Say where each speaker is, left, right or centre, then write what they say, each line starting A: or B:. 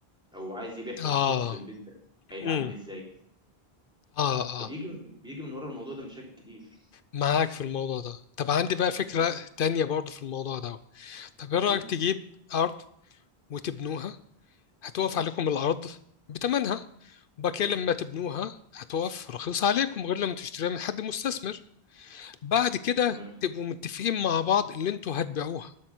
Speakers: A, in the centre; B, on the left.
A: أو عايز يبيع حصته
B: أه
A: في البيت ده هيتعامل
B: مم.
A: إزاي
B: أه أه
A: فبيجي من- بيجي من ورا الموضوع ده مشاكل كتير
B: معاك في الموضوع ده طب عندي بقى فكرة
A: مم.
B: تانية برضه في الموضوع ده طب إيه رأيك
A: قول
B: تجيب أرض وتبنوها هتقف
A: ماشي
B: عليكم الأرض بتمنها وبعد كده
A: ماشي
B: لما تبنوها هتقف رخيصة عليكم غير لما تشتريها من حد مستثمر بعد كده
A: تمام
B: تبقوا متفقين مع بعض اللي انتوا هتبيعوها